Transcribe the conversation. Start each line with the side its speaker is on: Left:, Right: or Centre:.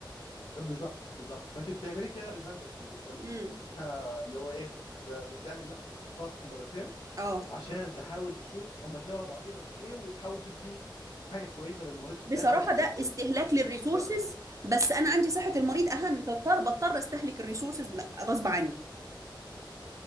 Left: بالظبط بالظبط فانت بتعملي كده ريدندنسي بنسميها
Right: مم.
Left: اللي هو ايه انت بتعمل نفس التاسك مرتين
Right: اه
Left: عشان تحاول تشوف هما شبه بعضهم قد ايه وتحاول تدي حاجه كويسه للمريض في الاخر
Right: بصراحة
Left: ما
Right: ده
Left: ت...
Right: استهلاك للريسورسز
Left: ما ت... ما ت...
Right: بس أنا عندي صحة المريض أهم فاضطر بضطر أستهلك الريسورسز غصب عني